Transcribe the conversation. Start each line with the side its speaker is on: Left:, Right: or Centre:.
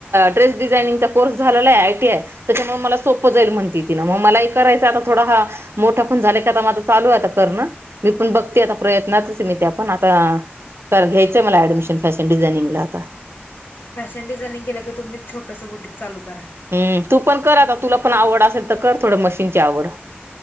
Right: ड्रेस डिझायनिंगचा कोर्स झाला आहे आयटीआय त्याच्यामुळे मला सोपं जाईलणते ति नां मग मला हे करायचं आता थोडा मोठा पण झाला क का आ माझं चालू आहेता मी पण बघते आता प्रयत्नातच मी त्या पण आता कर घ्यायचंय मला ऍडमिशन फॅशन डिझायनिंग ला आता
Left: फॅशन डझाईिंग केलं क तुम्च छोटसं बुटिक लू करा
Right: हम्म तू पण कर आता तुला पण आवड असेल तर कर थोडं मशीनची आवड